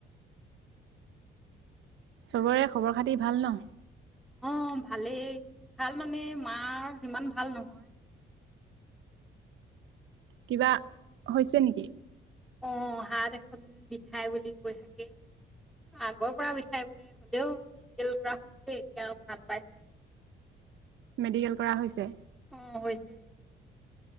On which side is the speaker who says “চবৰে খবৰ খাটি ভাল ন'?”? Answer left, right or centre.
Right